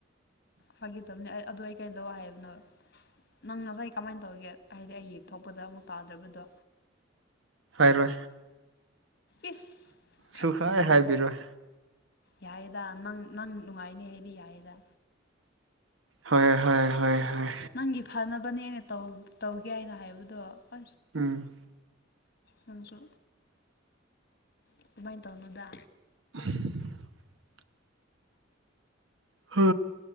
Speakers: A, on the left; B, on the right.
A: ꯐꯒꯤꯇꯧꯎꯅꯦ ꯑꯗꯨ ꯑꯩ ꯀꯩꯗꯧ ꯍꯥꯏꯕꯅꯣ ꯅꯪ ꯉꯁꯥꯏ ꯀꯃꯥꯏꯟ ꯇꯧꯒꯦ ꯍꯥꯏꯗꯤ ꯑꯩ ꯊꯣꯛꯄꯗ ꯑꯃꯨꯛ ꯇꯥꯗ꯭ꯔꯕꯗꯣ
B: ꯔꯣꯏ
A: ꯏꯁ ꯐꯠꯇꯕꯗꯣ
B: ꯁꯨꯍꯥꯏ ꯍꯥꯏꯕꯤꯔꯣꯏ
A: ꯌꯥꯏꯌꯦꯗ ꯅꯪ ꯅꯪ ꯅꯨꯡꯉꯥꯏꯅꯤ ꯗꯤ ꯌꯥꯏꯌꯦꯗ
B: ꯍꯣꯏ ꯍꯣꯏ ꯍꯣꯏ ꯍꯣꯏ
A: ꯅꯪꯒꯤ ꯐꯅꯕꯅꯦ ꯑꯩꯅ ꯇꯧ ꯇꯧꯒꯦ ꯍꯥꯏꯅ ꯍꯥꯏꯕꯗꯣ ꯑ
B: ꯎꯝ
A: ꯅꯪꯁꯨ ꯑꯗꯨꯃꯥꯏꯟ ꯇꯧꯅꯨꯗ
B: <inaudible> ꯍꯥ